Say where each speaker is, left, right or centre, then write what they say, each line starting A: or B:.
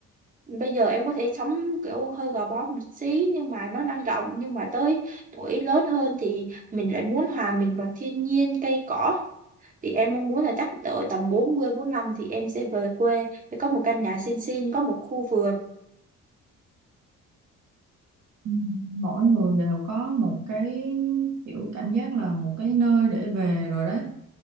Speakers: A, on the right; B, on the right.
A: bây giờ em có thể sống kiểu hơi gò bó một xí nhưng mà nó năng động nhưng mà tới tuổi lớn hơn thì mình lại muốn hòa mình vào thiên nhiên cây cỏ thì em mong muốn là chắc đợi tầm bốn mươi bốn 45 thì em sẽ về quê để có một căn nhà xinh xinh có một khu vườn
B: Ừ, Mỗi người đều có một cái kiểu cảm giác là một cái nơi để về rồi đấy